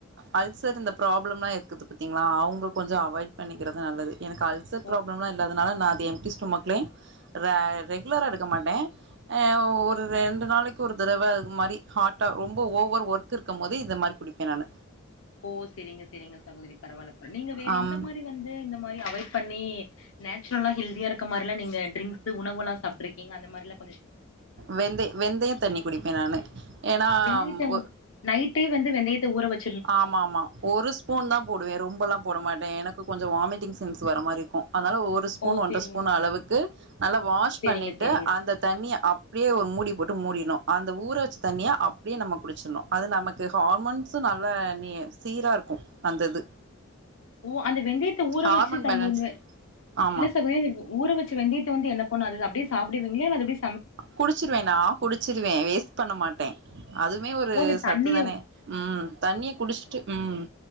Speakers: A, on the right (about 55°); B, on the left (about 70°).
A: அல்சர் இந்த ப்ராப்ளம்லாம் இருக்குது பார்த்தீங்களா அவங்க கொஞ்சம் அவாய்ட் பண்ணிக்கிறது நல்லது எனக்கு அல்சர்
B: ஓ
A: ப்ராப்ளம்லாம் இல்லா அதனால நான் அத எம்டி ஸ்டோமக்ளையும் ரெகுலரா எடுக்க மாட்டேன் ஒரு ரெண்டு நாளைக்கு ஒரு தடவை மாதிரி ஹாட்டா ரொம்ப ஓவர் ஒர்க் இருக்கும் போது இத மாதிரி குடிப்பேன் நானு
B: ஓ செரிங்க செரிங்க சகோதரி பரவாயில்ல நீங்க வேற
A: ஆம்
B: எந்த மாதிரி வந்து இந்த மாதிரி அவாய்ட் பண்ணி நேச்சரல்ல ஹெல்தியா இருக்க மாரிலா ட்ரிங்க்ஸ் உணவு சாப்பிட்டுறிக்கீங்க அந்த மாதிரிலாம்
A: வெந்தை வெந்தய தண்ணி குடிப்பேன் நானு ஏன்னா
B: வெந்தயத்த
A: ஒ
B: நைட்டே வந்து வெந்தயத்த ஊற வச்சு
A: ஆமா ஆமா ஒரு ஸ்பூன் தான் போடுவேன் ரொம்பெல்லாம் போட மாட்டேன் எனக்கு கொஞ்சம் வாமிட்டிங் சென்ஸ் வர மாரியிருக்கும் அதனால ஒரு ஸ்பூன்
B: ஓ
A: ஒன்றரை
B: செரிங்க
A: ஸ்பூன் அளவுக்கு நல்லா வாஷ்
B: செரிங்க
A: பண்ணிட்டு
B: செரிங்க
A: அந்த தண்ணியை அப்படியே ஒரு மூடி போட்டு மூடிணும் அந்த ஊற வச்சு தண்ணியா அப்படியே நம்ம குடிச்சறனும் அது நமக்கு ஹார்மோன்ஸ் த்து நல்லா நீ சீரா இருக்கு அந்த இது
B: ஓ அந்த வெந்தயத்த ஊற
A: ஹார்மோன்
B: வச்ச தண்ணில
A: பேலன்ஸ் ஆமா
B: இல்ல சகு எனக் ஊற வச்ச வெந்தயத்த வந்து என்ன பொன் அதுதா அப்டியே சாப்டுவீங்களா இல்ல அப்டி
A: குடிச்சிருவே நா குடிச்சிருவே வேஸ்ட் பண்ண மாட்டே அதுமே ஒரு
B: ஓ அந்த
A: சத்து
B: தண்ணியோ
A: தானே ம் தண்ணிய குடிச்சுட்டு ம்